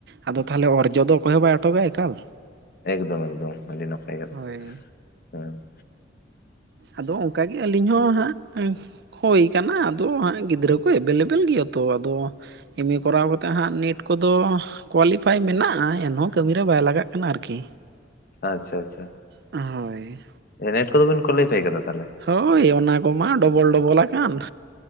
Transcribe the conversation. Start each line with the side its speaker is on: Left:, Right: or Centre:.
Right: ᱟᱫᱚ ᱛᱟᱦᱚᱞᱮ ᱚᱨᱡᱚ ᱫᱚ ᱚᱠᱚᱭ ᱦᱚᱸ ᱵᱟᱭ ᱚᱴᱚᱠᱟ ᱮᱠᱟᱞ᱾
Left: ᱮᱠᱫᱚᱢ ᱮᱠᱫᱚᱢ ᱟᱰᱤ ᱱᱟᱯᱟᱭ ᱠᱟᱛᱷᱟ
Right: ᱦᱳᱭ
Left: ᱦᱮᱸ᱾
Right: ᱟᱫᱚ ᱚᱱᱠᱟᱜᱮ ᱟᱹᱞᱤᱧ ᱦᱚᱸ ᱦᱟᱸᱜ, ᱦᱩᱭ ᱠᱟᱱᱟ ᱟᱫᱚ ᱦᱟᱸᱜ ᱜᱤᱫᱽᱨᱟᱹ ᱠᱚ ᱮᱵᱮᱞᱮᱵᱮᱞ ᱜᱮᱭᱟ ᱛᱚ ᱟᱫᱚ, ᱮᱢ ᱮ ᱠᱚᱨᱟᱣ ᱠᱟᱛᱮ ᱦᱟᱸᱜ ᱱᱮᱴ ᱠᱚᱫᱚ ᱠᱳᱣᱟᱞᱤᱯᱷᱟᱭ ᱢᱮᱱᱟᱜᱼᱟ ᱮᱱᱦᱚᱸ, ᱠᱟᱹᱢᱤᱨᱮ ᱵᱟᱭ ᱞᱟᱜᱟᱜ ᱠᱟᱱᱟ ᱟᱨᱠᱤ ᱾
Left: ᱟᱪᱪᱷᱟ ᱟᱪᱪᱷᱟ ᱟᱪᱪᱷᱟ
Right: ᱦᱳᱭ
Left: ᱱᱮᱴ ᱠᱚᱫᱚ ᱵᱤᱱ ᱠᱳᱞᱤᱯᱷᱟᱭ ᱠᱟᱫᱟ ᱛᱟᱦᱚᱞᱮ?
Right: ᱦᱳᱭ ᱚᱱᱟ ᱠᱚᱢᱟ ᱰᱚᱵᱚᱞ ᱰᱚᱵᱚᱞ ᱟᱠᱟᱱ,